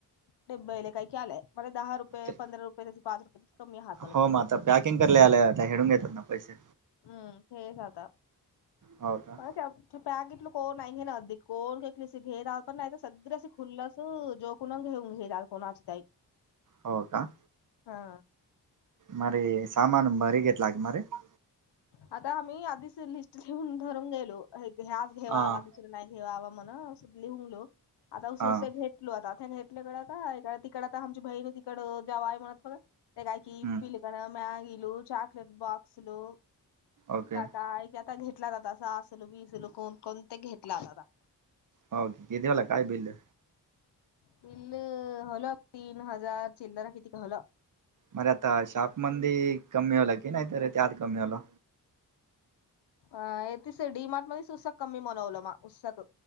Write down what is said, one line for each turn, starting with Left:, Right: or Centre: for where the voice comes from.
Left: डबबई काही क आलं म दहा रुपय
Right: ते
Left: पंधरा रुपये त्या पाच रुपये त कमी आहात मलाडिफरेन
Right: हो मग आता पॅकिंग करले आले आता हेडून घेतात ना पैसे
Left: हम्म हे झाता.
Right: हो का?
Left: पॅग कलं कोण नाही. घे ना अधदी कोणली घेना. पण नाही सगळ असे खुलं असं. जो कुणाल घेऊन घे कोणाची तई
Right: हो का!
Left: हा
Right: मार सामान मरी गेेत लाग मर <unintelligible>
Left: आता आम्ही आधीच लिस्ट लिऊून धरून गेलो. ह्याज घेवा
Right: हां
Left: आवा नाहीेवावा म्हण लिहून आता ऊस
Right: हां
Left: उस भटल आता घेटल्याकडें आता तिकडडे आता आमची बहीणी तिकडडे जेव आहे. म्हणत बघ ते काय क
Right: हम्म
Left: पिलकन मॅगी ल चचाकलेट बॉक्स लवू
Right: ओके
Left: काय काय घेतला जात सासल बीसल कोण कोण ते घेतला जात.
Right: हो कितीे वाला काय बिल?
Left: बिल होल तीन हजार चिल्लार किती काय होल
Right: मरे आता शाप म कमी होला. की नाहीत त्या आत कमी होल
Left: अ तस डी मार्ट मध्येच उस्साक कमी बनवलं मा उत्साक